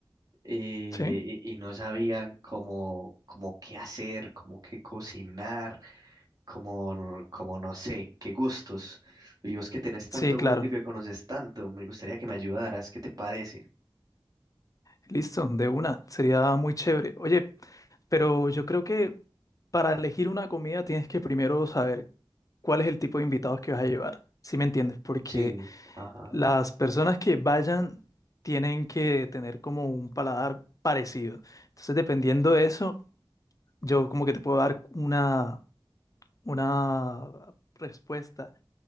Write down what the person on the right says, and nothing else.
eh,
y, y no sabía cómo, cómo qué hacer, cómo qué cocinar. como, no- como no sé, qué gustos. Y vos que tenés tanto
gusto y que conoces tanto, me gustaría que me ayudaras, ¿qué te parece?
Sí, ajá.